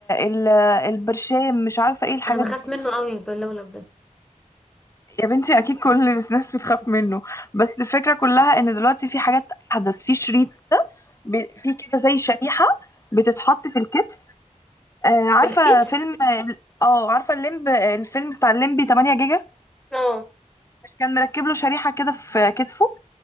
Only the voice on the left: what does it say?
ال البرشام مش عارفة إيه الحاجات
دي
يا بنتي اكيد كل الناس بتخاف منه بس الفكره كلها ان دلوقتي في حاجات احدث في شريط كده ب- في كده زي شريحه بتتحط في الكتف آه عارفه
فيلم اه عارفه الليمب الفيلم بتاع الليمبي 8 جيجا
مش كان مركب له شريحه كده في كتفه